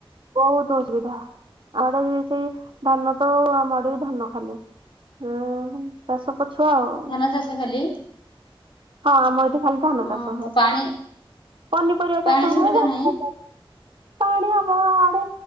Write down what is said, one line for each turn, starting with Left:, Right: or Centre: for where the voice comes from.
Right: ବହୁତ ଅସୁବିଧା ଆଡେ ସେଇ ଧାନ ତ ଆମ ଆଡେ ବି ଧାନ ଖାଲି। ହୁଁ ଚାଷ ପଛୁଆ ଆଉ।
Left: ଧାନ ଚାଷ ଖାଲି
Right: ହଁ ଆମର ଏଠି ଖାଲି ଧାନ ଚାଷ
Left: ଓହୋ
Right: ହୁଏ
Left: ପାଣି
Right: ପନିପରିବା
Left: ପାଣି
Right: ଚାଷ
Left: ସୁବିଧା
Right: ହୁଏ <unintelligible>
Left: ନାହିଁ
Right: ପାଣି ଆମ ଆଡେ